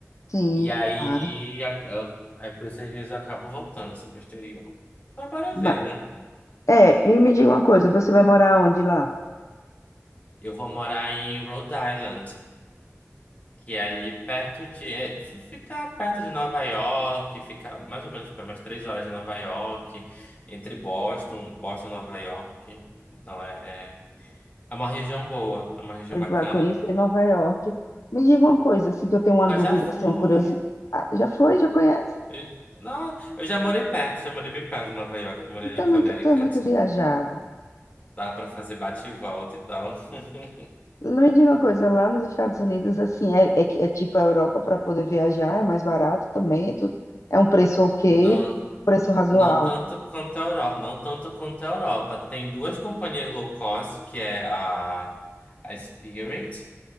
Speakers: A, on the left; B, on the left.
A: Sim,
B: E aí,
A: claro.
B: a- a- aí por isso às vezes eu acabo voltando assim, pro exterior. Mas bora
A: Ma-
B: ver, né?
A: É, e me diga uma coisa, você vai morar onde lá?
B: Eu vou morar em Rhode Island, que é ali perto de. é, f- fica perto de Nova York, fica mais ou menos para umas três horas de Nova York, entre Boston, Boston e Nova York. Então é. é É uma região boa, é uma região
A: Pois
B: bacana.
A: vai conhecer Nova York. Me diga uma coisa, assim, que eu tenho uma
B: Eu
A: dúvida,
B: já fui.
A: assim, uma curiosidade. já foi? Já conhece?
B: Eu- Não, eu já morei perto, já morei bem perto de Nova York, eu morei ali
A: Tu
B: em
A: é
B: Connecticut.
A: muito, tu é muito viajado.
B: Dá pra fazer bate e volta e tal. <laughs>
A: Me diga uma coisa, lá nos Estados Unidos, assim, é, é, que- é tipo a Europa para poder viajar, é mais barato também, tu- é um preço ok,
B: Não,
A: preço razoável,
B: não tanto quanto a Europa, não tanto quanto a Europa. Tem duas companhias low cost, que é a, a Spirit